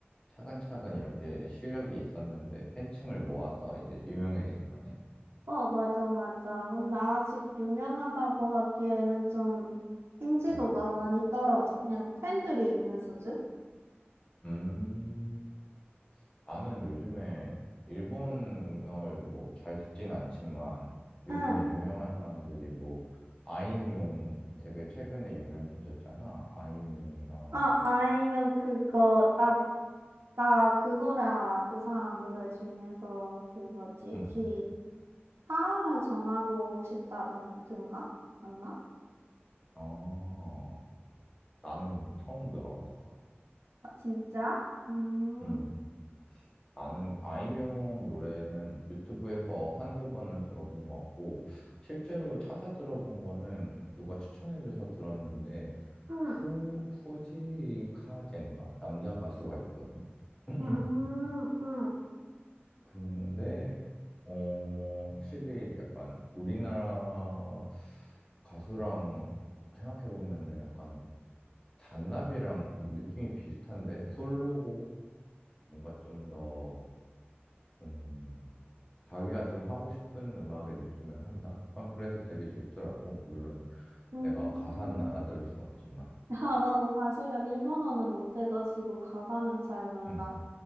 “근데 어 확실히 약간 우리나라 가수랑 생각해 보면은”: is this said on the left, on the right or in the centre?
Left